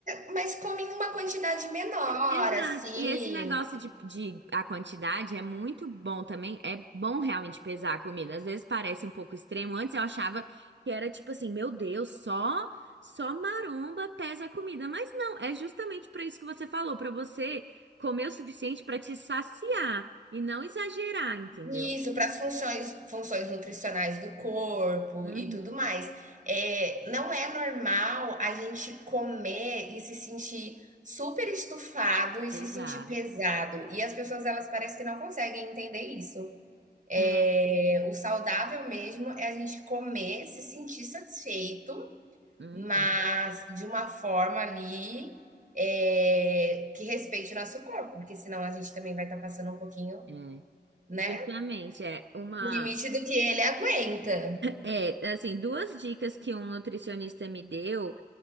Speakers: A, on the right; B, on the right.
A: Mas come em uma quantidade menor,
B: Exato.
A: assim,
B: E esse negócio de, de a quantidade é muito bom também. É bom realmente pesar a comida. Às vezes parece um pouco extremo. Antes eu achava que era tipo assim, meu Deus, só só maromba pesa a comida. Mas não, é justamente para isso que você falou, para você comer o suficiente para te saciar e não exagerar, entendeu?
A: Isso, para as funções, funções nutricionais do corpo
B: Uhum.
A: e tudo mais. É, não é normal a gente comer e se sentir super estufado e
B: Exato.
A: se sentir pesado. E as pessoas, elas parecem que não conseguem entender isso. É,
B: É.
A: o saudável mesmo é a gente comer, se sentir satisfeito,
B: Uhum.
A: mas de uma forma ali, é, que respeite o nosso corpo, porque senão a gente também vai estar passando um pouquinho,
B: É.
A: né,
B: Justamente, é uma.
A: no limite do que ele aguenta.
B: É, assim, duas dicas que um nutricionista me deu.